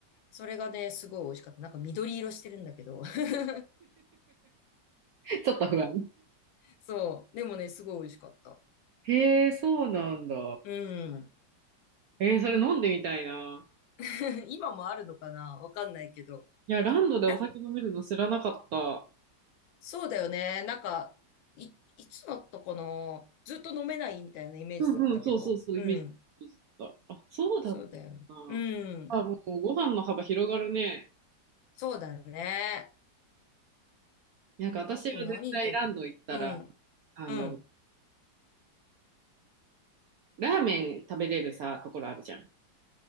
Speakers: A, on the left; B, on the right.
A: それがね、すごい美味しかった。なんか緑色してるんだけど。<laughs>
B: ちょっと不安。
A: そう。でもね、すごい美味しかった。
B: へえ、そうなんだ。
A: うん。
B: えー、それ飲んでみたいな。
A: <laughs> 今もあるのかなわかんないけど。
B: いや、ランドでお酒飲めるの知らなかった。
A: な、そうだよね。なんか、い、いつだったかなずっと飲めないみたいなイメージだったけど。
B: うんうん、そうそうそう、
A: うん。
B: イメージでした。あ、そうだったな。
A: そうだよね。うん。
B: あ、もうご飯の幅広がるね。
A: そうだね。
B: なんか私は絶対ランド行ったら、
A: あと何食べたうん。
B: あの、
A: うん。
B: ラーメン食べれるさ、ところあるじゃん。